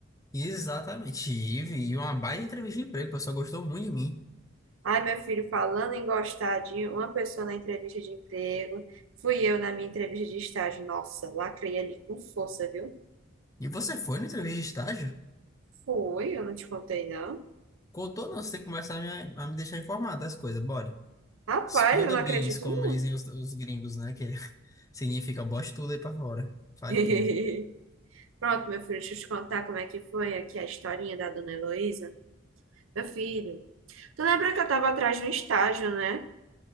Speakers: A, on the left; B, on the right.
A: Exatamente, Ive, e uma baita entrevista de emprego, o pessoal gostou muito de mim.
B: Ai, meu filho, falando em gostar de uma pessoa na entrevista de emprego, fui eu na minha entrevista de estágio. Nossa, lacrei ali com força, viu?
A: E você foi na entrevista de estágio?
B: Foi, eu não te contei, não.
A: Contou não, você tem que começar a me, a me deixar informado das coisas, bora.
B: Rapaz,
A: Spill
B: eu
A: the
B: não
A: beans,
B: acredito,
A: como
B: não.
A: dizem os, os gringos, né, que <laughs> significa bote tudo aí pra fora, fale
B: <laughs>
A: tudo.
B: Pronto, meu filho, deixa eu te contar como é que foi aqui a historinha da dona Heloísa. Meu filho, tu lembra que eu tava atrás de um estágio, né?